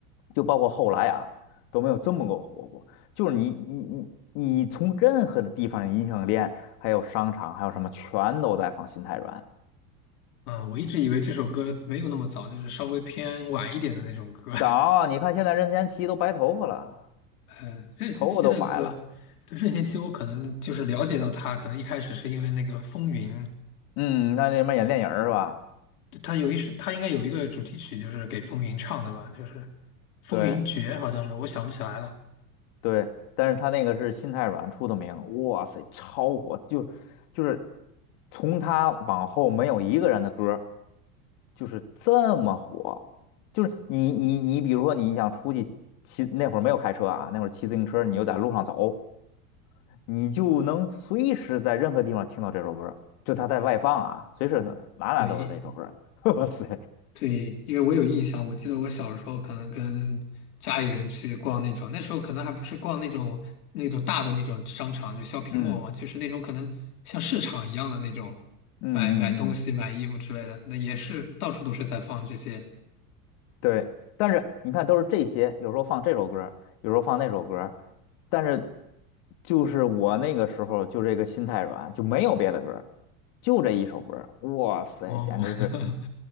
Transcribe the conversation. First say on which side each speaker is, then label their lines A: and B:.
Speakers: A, on the left; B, on the left.
A: 就包括后来啊都没有这么个火过。就是你你你你从任何的地方，音像店还有商场还有什么，全都在放《心太软》。
B: 嗯，我一直以为这首歌没有那么早，就是稍微偏晚一点的那种歌。
A: 早，你看现在任贤齐都白头发了，
B: <laughs> 呃，任贤齐的歌，
A: 头发都白了，
B: 对任贤齐，我可能就是了解到他，可能一开始是因为那个《风云》，
A: 嗯，你看那什么演电影儿是吧？
B: 他有一首，他应该有一个主题曲，就是给《风云》唱的吧，就是《风云决》，
A: 对。
B: 好像是，我想不起来了。
A: 对，但是他那个是心太软出的名，哇塞，超火，就就是从他往后没有一个人的歌儿就是这么火，就是你你你，比如说你想出去骑，那会儿没有开车啊，那会儿骑自行车，你又在路上走，你就能随时在任何地方听到这首歌儿就他在外放啊，随时哪哪都是这首歌儿
B: 对，
A: <laughs> 哇塞，
B: 对，因为我有印象，我记得我小时候可能跟家里人去逛那种，那时候可能还不是逛那种那种大的那种商场，就 shopping
A: 嗯
B: mall 嘛，就是那种可能像市场一样的那种，
A: 嗯嗯嗯
B: 买买东西、买衣服之类的，那也是到处都是在放这些。
A: 嗯对，但是你看，都是这些，有时候放这首歌儿有时候放那首歌儿但是就是我那个时候就这个心太软，就没有别的歌儿就这一首歌儿哇塞，
B: 哦，
A: 简直是
B: <laughs>